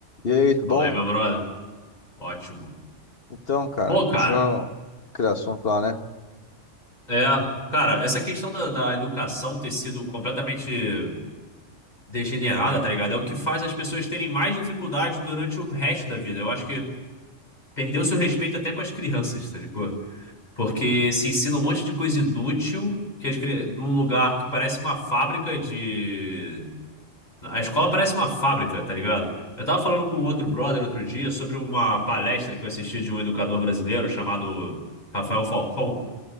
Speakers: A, on the left; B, on the left.
A: E aí, tudo
B: Fala
A: bom?
B: aí, meu brother. Ótimo.
A: Então, cara,
B: Pô,
A: continuando
B: cara,
A: aquele assunto lá, né?
B: é. Cara, essa questão da, da educação ter sido completamente degenerada, tá ligado? É o que faz as pessoas terem mais dificuldade durante o resto da vida. Eu acho que perdeu-se o respeito até com as crianças, tá ligado? Porque se ensina um monte de coisa inútil que as, cri- num lugar que parece uma fábrica de. A escola parece uma fábrica, tá ligado? Eu tava falando com outro brother outro dia sobre uma palestra que eu assisti de um educador brasileiro chamado Rafael Falcão.